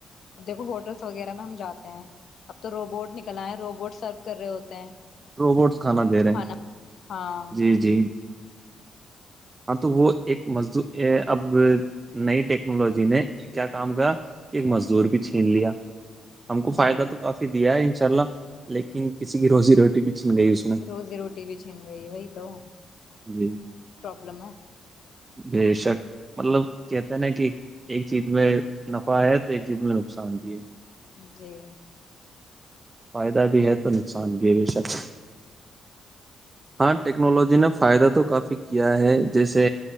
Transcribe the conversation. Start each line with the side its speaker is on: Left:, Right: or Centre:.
Left: دیکھو ہوٹلس وغیرہ میں ہم جاتے ہیں اب تو روبوٹ نکل آ ہے روبوٹ سرف کر رہے ہوتے ہیں
Right: روبوٹ کھانا دے رہے
Left: کھانا
Right: ہیں
Left: ہاں
Right: جی جی ہاں تو وہ ایک مزد اب نئی ٹیکنالوجی نے کیا کام کر کہ ایک مزدور بھی چھین لیا ہم کو فائدہ
Left: جی
Right: تو کافی دیا ہے ان چلا لیکن کسی کی روزی روٹی بھی چھن گئی اس میں
Left: روزی روٹی بھی چھین گئی بی تو
Right: جی
Left: پروابلم ہے
Right: بے شک مطلب کہتے نا کہ ایک چیز میں نفع ہے تو ایک چیز میں نقصان بھی ہے
Left: جی
Right: فائدہ بھی ہے تو نقصان بھی بے شک ہاں ٹیکنالوجی نے <unintelligible> فائدہ تو کافی کیا ہے جیسے